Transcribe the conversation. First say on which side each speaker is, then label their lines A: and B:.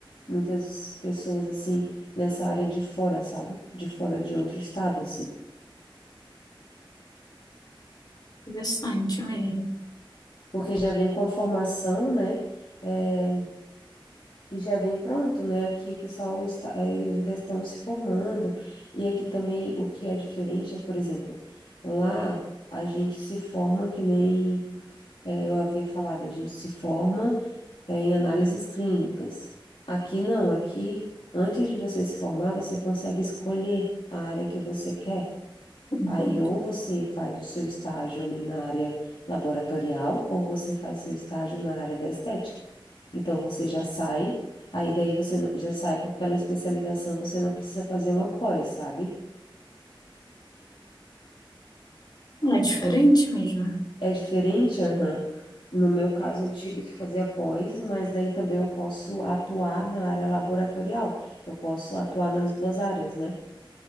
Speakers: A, on the left (about 70°); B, on the left (about 50°).
A: muitas pessoas, assim, nessa área de fora, sabe? De fora de outro estado, assim.
B: Interessante mesmo.
A: porque já vem com a formação, né? É, e já vem pronto, né? Aqui o pessoal está, é, ainda estão se formando, e aqui também o que é diferente é, por exemplo, lá a gente se forma que nem é, eu havia falado, a gente se forma é, em análises clínicas. Aqui não, aqui antes de você se formar, você consegue escolher a área que você quer.
B: Entendi.
A: Aí, ou você faz o seu estágio ali na área laboratorial, ou você faz seu estágio na área da estética. Então, você já sai, aí daí você n- já sai com aquela especialização, você não precisa fazer uma pós, sabe?
B: É diferente mesmo.
A: É diferente, aham. No meu caso, eu tive que fazer a pós, mas daí também eu posso atuar na área laboratorial. Eu posso atuar nas duas áreas, né?